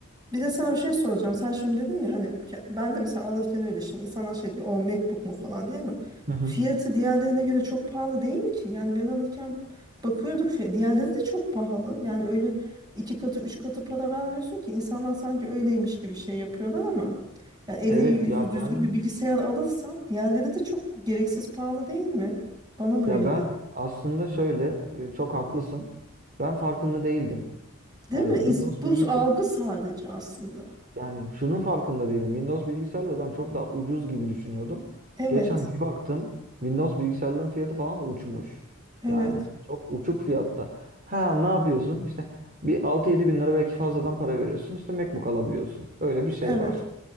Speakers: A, on the right; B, on the right.
A: Bir de sana bir şey soracağım. Sen şimdi dedin ya hani ke- ben de mesela alırken öyle şimdi insanlar şey diyor o MacBook mu falan diye ama
B: Hı hı.
A: fiyatı diğerlerine göre çok pahalı değil ki. Yani ben alırken bakıyorduk fiy- diğerleri de çok pahalı. Yani öyle iki katı üç katı para vermiyorsun ki insanlar sanki öyleymiş gibi şey yapıyorlar ama yani eli
B: Evet
A: yüzü
B: ya
A: düzgün
B: ben
A: bir bilgisayar alırsan diğerleri de çok gereksiz pahalı değil mi? Bana mı
B: ya
A: öyle
B: ben
A: geliyor?
B: aslında şöyle e, çok haklısın. Ben farkında değildim.
A: Değil
B: Yani
A: mi? İns-
B: Windows
A: Bu
B: bilgisi
A: algı sadece aslında.
B: Yani şunun farkında değilim. Windows bilgisayarları ben çok daha ucuz gibi düşünüyordum.
A: Evet,
B: Geçen bir baktım Windows bilgisayarların fiyatı falan da uçmuş.
A: evet,
B: Yani çok uçuk fiyatlar. Ha ne yapıyorsun? İşte bir altı yedi bin lira belki fazladan para veriyorsun. İşte MacBook alabiliyorsun. Böyle bir şey
A: evet.
B: var.